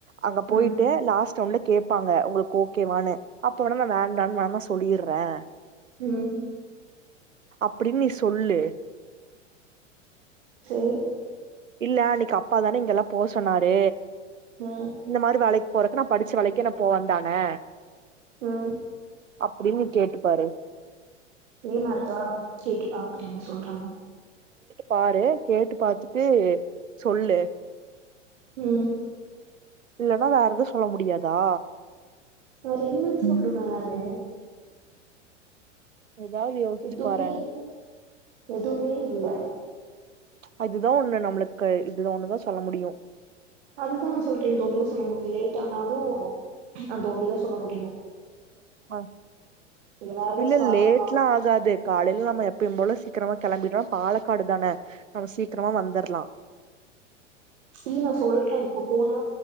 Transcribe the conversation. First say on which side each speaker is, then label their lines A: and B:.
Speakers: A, on the right; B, on the right.
A: அங்க போயிட்டு
B: ம்
A: லாஸ்ட் ரவுண்ட்ல கேட்பாங்க உங்களுக்கு ஓகேவானு அப்ப வேண தான் வேண்டான்னு வேண தான் சொல்லிடுறேன்
B: உம்
A: அப்டின்னு நீ சொல்லு
B: சேரி
A: இல்ல அன்னைக்கு அப்பா தானே இங்கெல்லாம் போ சொன்னாரு
B: ம்
A: இந்த மாதிரி வேலைக்கு போறதுக்கு நான் படிச்ச வேளக்கி நா போ வேந்தானே
B: உம்
A: அப்படின்னு கேட்டுப்பாரு
B: ஏறமாட்டுதா கேட்டு பாக்குறேன் என்ன சொல்றாங்க
A: பாரு கேட்டு பார்த்துட்டு சொல்லு
B: உம்
A: இல்லன்னா வேற எதுவும் சொல்ல முடியாதா
B: வேற என்னன்னு
A: ம்
B: சொல்லுவேனு நானு
A: ஏதாவது யோசிச்சு
B: எதுவுமே
A: பாறேன்
B: இல்ல எதுவுமே இல்ல
A: அதுதான் ஒண்ணு நம்மளுக்கு இதுதான் ஒண்ணுதான் சொல்ல முடியும்
B: அதுதான் நான் சொல்றேன் இந்த அதுதான் சொல்ல முடியும் லேட் ஆனாலும் அந்த ஒண்ணுதான் சொல்ல முடியும்
A: ஆஹ்
B: வேற ஏதாச்சு
A: இல்ல
B: காரணோ
A: லேட்
B: கா
A: எல்லாம் ஆகாது காலையில நம்ம எப்பயும் போல சீக்கிரமா கிளம்பிட்டோனா பாலக்காடு தானே நம்ம சீக்கிரமா வந்துரலாம்
B: இல்லயில்ல நா சொல்றே இப்ப போனா